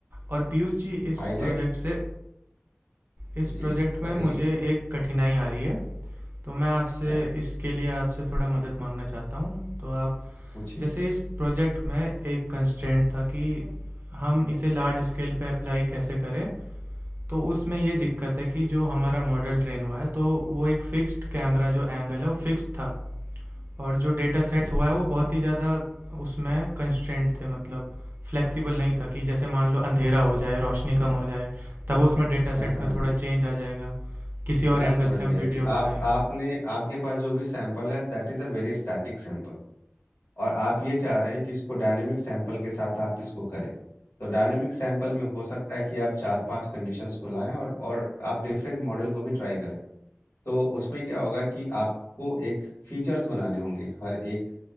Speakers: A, on the right; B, on the left.
A: और पीयूष जी इस
B: हाईलाइट
A: प्रोजेक्ट से इस
B: जी
A: प्रोजेक्ट में
B: बताइए
A: मुझे एक कठिनाई आ रही है, तो मैं आपसे
B: क्या
A: इसके लिए आपसे थोड़ा मदद माँगना चाहता हूँ। तो आप
B: पूछिए
A: जैसे इस प्रोजेक्ट में एक कंस्ट्रेंट था कि हम इसे लार्ज स्केल पे अप्लाई कैसे करें, तो उसमें ये
B: जी
A: दिक्कत है कि जो हमारा मॉडल ट्रेन हुआ है, तो वो एक फिक्स्ड कैमरा जो एंगल है वो फिक्स्ड था और जो डेटा सेट
B: जी
A: हुआ है वो बहुत ही ज़्यादा उसमें कंस्ट्रेंट थे मतलब फ्लेक्सिबल नहीं था कि जैसे मान लो अंधेरा हो जाए रोशनी कम हो जाए तब उसमें डेटा सेट
B: मैं समझ
A: में थोड़ा
B: गया
A: चेंज आ जाएगा किसी और
B: मैं
A: एंगल
B: समझ
A: से
B: गया
A: हम वीडियो
B: कि
A: बनाए
B: आप आपने आपके पास जो भी सैंपल है that is a very static sample और आप ये चाह रहे हैं कि इसको डायनेमिक सैंपल के साथ आप इसको करें तो डायनेमिक सैंपल में हो सकता है कि आप चार पांच कंडीशंस को लाएं और और आप डिफरेंट मॉडल को भी ट्राई करें तो उसमें क्या होगा कि आपको एक फीचर्स बनाने होंगे हर एक